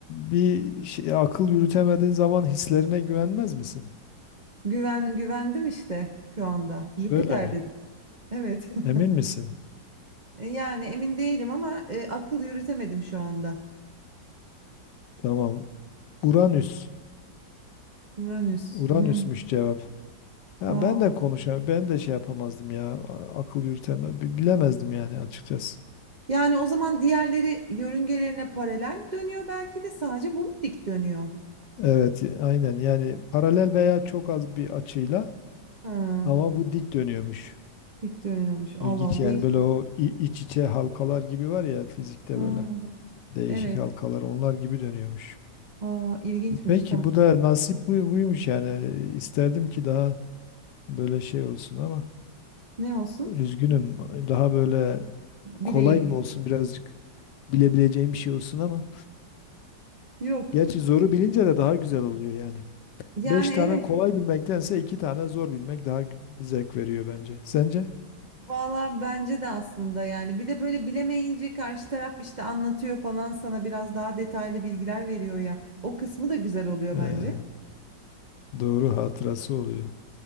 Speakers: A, on the left; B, on the right.
A: bir şey, akıl yürütemediğin zaman hislerine güvenmez misin?
B: Güven güvendim işte şu anda. Jüpiter
A: Böyle mi?
B: dedim. Evet.
A: Emin
B: <laughs>
A: misin?
B: E, Yani emin değilim ama e, akıl yürütemedim şu anda.
A: Tamam. Uranüs.
B: Uranüs.
A: Uranüsmüş
B: Hmm.
A: cevap. Ha,
B: Aa,
A: ben de konuşam, ben de şey yapamazdım ya. a- Akıl yürütemem, bi- bilemezdim yani açıkçası.
B: yani o zaman diğerleri yörüngelerine paralel dönüyor belki de sadece bu mu dik dönüyor?
A: Evet, y- aynen. Yani paralel veya çok az bir açıyla
B: Ha,
A: ama bu dik dönüyormuş.
B: dik dönüyormuş. Allah
A: İlginç
B: Allah,
A: yani
B: değil.
A: böyle o i- iç içe halkalar gibi var ya fizikte
B: Ha,
A: böyle değişik
B: evet.
A: halkalar onlar gibi dönüyormuş.
B: Aa, ilginçmiş.
A: Peki
B: Tamam.
A: bu da nasip buy- buymuş yani. İsterdim ki daha böyle şey olsun ama
B: Ne olsun?
A: üzgünüm. Daha böyle
B: Bileyim.
A: kolay mı olsun birazcık bilebileceğim bir şey olsun ama.
B: Yok.
A: Gerçi zoru bilince de daha güzel oluyor yani.
B: Yani
A: Beş tane
B: evet.
A: kolay bilmektense iki tane zor bilmek daha gü- zevk veriyor bence. Sence?
B: Valla bence de aslında yani bir de böyle bilemeyince karşı taraf işte anlatıyor falan sana biraz daha detaylı bilgiler veriyor ya. O kısmı da güzel oluyor
A: Ee,
B: bence.
A: doğru hatırası oluyor.